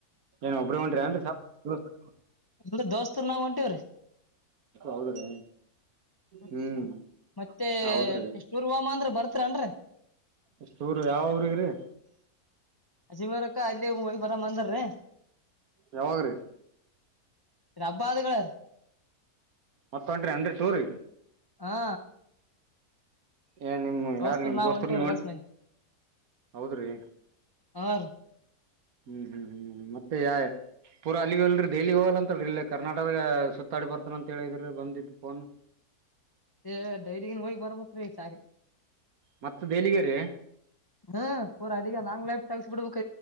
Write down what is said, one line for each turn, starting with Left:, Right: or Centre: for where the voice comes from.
Right: ಏನ್ ಒಬ್ಬ್ರ ಉಂಟ್ರಿ ಏನ್ರೀ <unintelligible>
Left: ಇಲ್ಲ ದೋಸ್ತರ್ ನಾವ್ ಹೊಂಟಿವವ್ರೀ.
Right: ಹೌದ್ರಿ
Left: ಹ್ಮ
Right: ಹ್ಮ್
Left: ಮತ್ತೆ
Right: ಹೌದ್ರಿ
Left: ಎಷ್ಟೂ ಧೂರವಾಮ ಅಂದ್ರೆ. ಬರ್ತ್ನ್ರರಿ.
Right: ಎಷ್ಟಊರು ಯಾವ್ರಗ್ರಿ.
Left: ಅಜಿಮರಕ್ಕ ಅಲ್ಲಿ ಹೋಗಿ ಬರಮಂದಾರ್ರೀ.
Right: ಯಾವಾಗ್ರೀ
Left: ರಬ್ಬ ಅದುಗಳರ್.
Right: ಮತ್ತನ ಹೊಂಡ್ರೆಡ್ ಏನ್ರೀ.
Left: ಹಾ
Right: ಏ ನಿಮ್
Left: ದೋಸ್ತರು
Right: ಯಾರ ನಿಮ್
Left: ನಾವ್
Right: ದೋಸ್ತರ್
Left: ಹೊಂಟಿವ್ರಿ
Right: ನೀವುಂ
Left: ಎಲ್ಲಸ್ ಮಂದಿ
Right: ಹೌದ್ರಿ.
Left: ಹಾ ರಿ
Right: ಹ್ಮ್ ಹ್ಮ್ ಹ್ಮ್ ಮತ್ತೆ ಯಾ ಪೂರಾ ಅಲ್ಲಿಗ ಅಲ್ರಿ ದೆಹಲಿ ಹೋಗಲ್ಲ ಅಂತಲ್ ಇಲ್ಲ ಕರ್ನಾಟಕಗ ಸುತ್ತಾಡಿ ಬರ್ತಾನ ಅಂತೇಳಿದ್ರಿ ಬಂದಿದ್ ಫೋನ್.
Left: ಏ ಡೈರಿಗನ್ ಹೋಗಿ ಬರ್ಬೇಕ್ರೀ ಈ ಸಾರಿ.
Right: ಮತ್ತ ದೇಲಿಗೆರಿ.
Left: ಹ್ಮ ಪೂರಾ ಅಲ್ಲಿಗೆ ಲಾಂಗ್ ಲೈಫ್ ತಗಸಿಬಿಡ್ಬೇಕ್